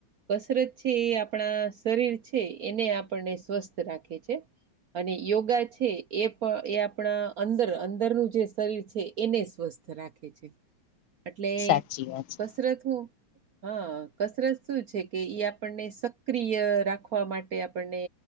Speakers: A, on the right (about 65°); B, on the left (about 75°).
A: કસરત છે એ આપણા શરીર છે એણે આપણને સ્વસ્થ રાખે છે. અને યોગા છે એ પ એ આપણા અંદર અંદરનું જે શરીર છે એને સ્વસ્થ રાખે છે એટલે
B: સાચી વાત છે
A: કસરત હું હા કસરત શું છે કે એ આપણને સક્રિય રાખવા માટે આપણને